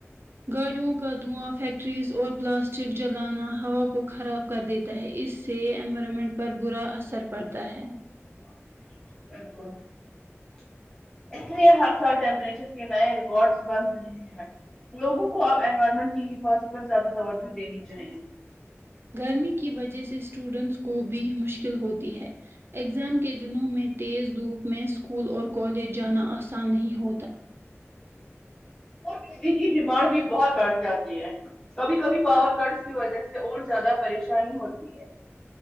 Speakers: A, on the right (about 50°); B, on the left (about 15°).
A: گاڑیوں کا دھواں فیکٹریز اور پلاسٹک جلانا ہوا کو خراب کر دیتا ہے اس سے انوائرمنٹ پر برا اثر پڑتا ہے
B: <unintelligible> اس لیے ہر سال ٹیمپریچر کے نئے ریکارڈ بن رہے ہیں لوگوں کو اپ انوائرمنٹ کی حفاظت پر زیادہ توجہ دینی چاہیے
A: گرمی کی وجہ سے اسٹوڈنٹس کو بھی مشکل ہوتی ہے اگزام کے دنوں میں تیز دھوپ میں اسکول اور کالج جانا آسان نہیں ہوتا
B: اور بجلی کی ڈیمانڈ بھی بہت بڑھ جاتی ہے کبھی کبھی پاور کٹس کی وجہ سے اور زیادہ پریشانی ہوتی ہے